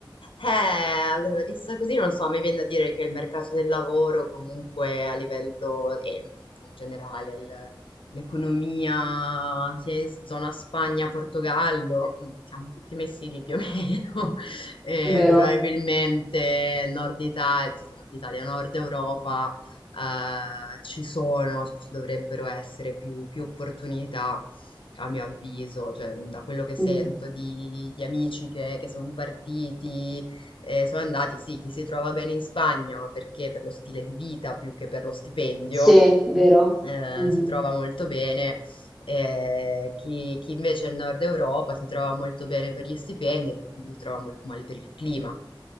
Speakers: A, on the left (about 85°); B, in the centre.
A: Eh, allora, vista così, non so, mi viene da dire che il mercato del lavoro, comunque a livello eh, in generale, il- l'economia sia in zona Spagna, Portogallo, mm, siamo tutti messi lì più o meno. <laughs> Eh,
B: vero.
A: probabilmente Nord Italia, sì, sì, Nord Italia, Nord Europa, eh, ci sono, cioè ci dovrebbero essere più più opportunità a mio avviso, cioè da quello che sento
B: Mm.
A: di, di amici che, che sono partiti, eh, sono andati, sì, chi si trova bene in Spagna, ma perché per lo stile di vita più che per lo stipendio,
B: Sì, vero.
A: eh,
B: Mm-hmm.
A: si trova molto bene. eh, chi, chi invece è in Nord Europa si trova molto bene per gli stipendi, e per esempio si trova molto male per il clima.